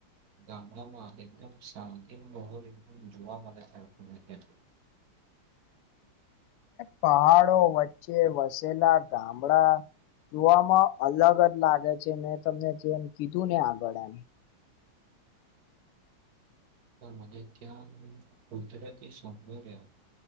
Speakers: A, on the right (about 55°); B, on the left (about 85°).
A: ગામડામાં એકદમ શાંતિનો માહોલમ એકદમ જોવા મળે આપડને ત્યાં
B: <unintelligible> પહાડો વચ્ચે વસેલા ગામડા જોવામાં અલગ જ લાગે છે. મેં તમને જેમ કીધું ને આગળ આમ.
A: તો મને ત્યાં <unintelligible> કુદરતી સૌંદર્ય